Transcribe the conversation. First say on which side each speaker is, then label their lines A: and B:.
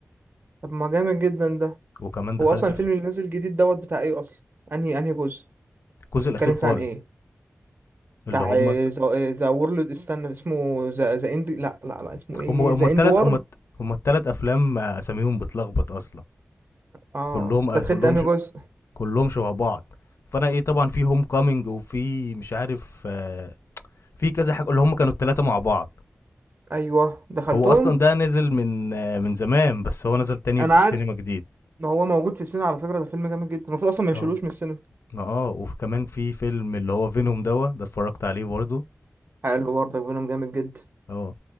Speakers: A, on the right (about 45°); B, on the left (about 65°).
A: طب ما جامد جدا ده
B: وكمان دخلت
A: هو اصلا الفيلم
B: في
A: اللي نازل جديد دوت بتاع ايه اصلا انهي انهي جزء
B: الجزء
A: اللي بيتكلم
B: الاخير خالص
A: فيه عن ايه
B: اللي
A: بتاع
B: هم
A: ذا وورلد استنى اسمه ذا ذا اند لا لا لا اسمه ايه
B: هم هم
A: ذا
B: التلات
A: اند وار
B: هم هم التلات افلام آه، اساميهم بتلخبط اصلا
A: اه
B: كلهم
A: انت
B: آه،
A: دخلت
B: كلهم
A: انهي
B: ش...
A: جزء
B: كلهم شبه بعض فانا ايه طبعا في هوم كامينج وفي مش عارف آه، في كذا حاجه اللي هم كانوا الثلاثه مع بعض
A: ايوه دخلتهم
B: هو اصلا ده نزل من آه، من زمان بس هو نزل تاني
A: انا
B: في السينما
A: عارف
B: جديد
A: ما هو موجود في السينما على فكره ده فيلم جامد جدا المفروض اصلا ما
B: اه
A: يشيلوش من السينما
B: اه وكمان في فيلم اللي هو فينوم دوا ده اتفرجت عليه برضه
A: حلو برضه بينهم جامد جدا
B: اه